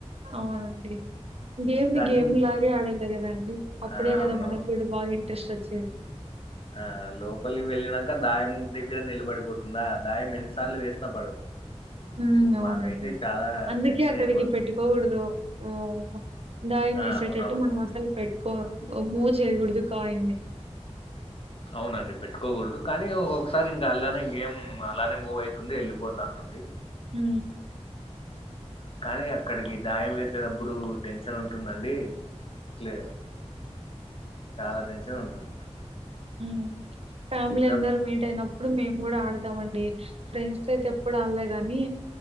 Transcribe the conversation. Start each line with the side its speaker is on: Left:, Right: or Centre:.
Right: అవునండి గేమ్ని
Left: ఇంకా అన్ని
Right: గేమ్ లాగే ఆడాలి కదా అండి అప్పుడే
Left: ఆ
Right: కదా
Left: అవునవును
Right: మనకి కూడా బాగ ఇంట్రెస్ట్ వచ్చెది
Left: ఆ లోపలికి వెళ్ళినంక దాయం దగ్గర నిలబడిపోతుందా దాయం ఎన్నిసార్లు వేసిన పడదు
Right: ఉ
Left: ఇప్పుడు
Right: అవునండి
Left: మాకైతే చాలా
Right: అందుకే
Left: టెన్షన్
Right: అక్కడికి
Left: అయిపోతుంది
Right: పెట్టుకోకూడదు ఓ దాయం
Left: ఆ
Right: వేసేటట్టు
Left: అవునవును
Right: మనం అసలు పెట్టుకో మూవ్ చేయకూడదు కాయిన్ని
Left: అవునండి పెట్టుకోకూడదు కానీ ఒక్కొక్కసారి ఇంకా అలానే గేమ్ అలానే మూవ్ అవుతుంది వెళ్ళలిపోత ఉంటుంది
Right: హు
Left: కానీ అక్కడికి డాయం వేసేటప్పుడు టెన్షన్ ఉంటుందండి ట్లే చాలా టెన్షన్ ఉంటుంది
Right: ఉ ఫ్యామిలీ
Left: ఎగ్జామ్స్
Right: అందరు మీట్ అయినప్పు ఇప్పుడు మేము కూడా ఆడతాంమండి ఫ్రెండ్స్తో అయితే ఎప్పుడు ఆడలే గాని